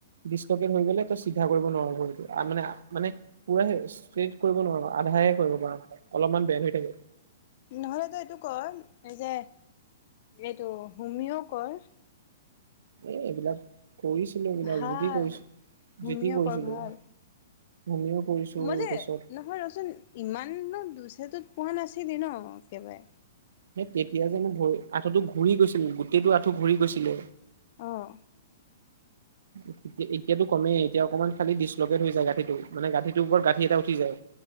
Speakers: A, on the right; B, on the left.
A: ডিচটকেজ হৈ গলে ত চিধা কৰিব নোৱাৰ ভৰিটো এই মানে মানে পুৰা ষ্ট্ৰেট কৰিব নোৱাৰ আধা কৰিব পাৰ মানে অলপমান বেণ্ড হৈ থাকে
B: নহ'লে তই এইটো কৰ এই যে এইটো হোমিও কৰ
A: এ এইবিলাক কৰিছিলো এইবিলাক
B: ভাল
A: যিতি কৰিছো
B: হোমিঅ'
A: যিতি কৰিছিলো
B: কৰ ভাল
A: হোমিও কৰিছো
B: মই যে
A: তাৰপিছত
B: নহয় ৰচোন ইমানো দুছেটো পোৱা নাছিলি ন একেবাৰে
A: সেই তেতিয়া যে মোৰ আঁঠুটো ঘূৰি গৈছিল গোটেইটো আঁঠু ঘূৰি গৈছিলে
B: আহ
A: উ <inaudible> এ এতিয়াতো কমেই এতিয়া অকনমান খালি ডিছলকেট হৈ যায় গাঁঠিটো মানে গাঁঠিটো ওপৰত গাঁঠি এটা উঠি যায়